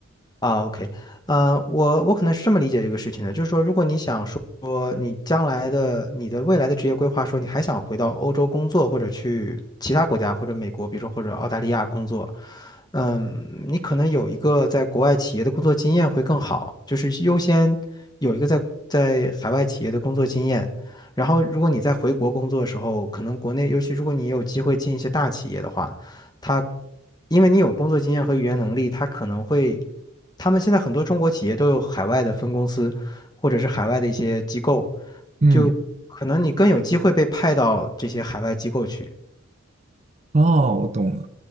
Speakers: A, on the left (about 20°); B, on the right (about 30°).
A: 啊，OK，呃，我我可能是这么理解这个事情的，就是说，如果你想说你将来的你的未来的职业规划，说你还想回到欧洲工作，或者去其他国家，或者美国，比如说或者澳大利亚工作，嗯，你可能有一个在国外企业的工作经验会更好，就是优先有一个在在海外企业的工作经验。然后，如果你在回国工作的时候，可能国内，尤其如果你有机会进一些大企业的话，它因为你有工作经验和语言能力，它可能会。他们现在很多中国企业都有海外的分公司，或者是海外的一些机构，
B: 嗯，
A: 就可能你更有机会被派到这些海外机构去。
B: 哦，我懂了。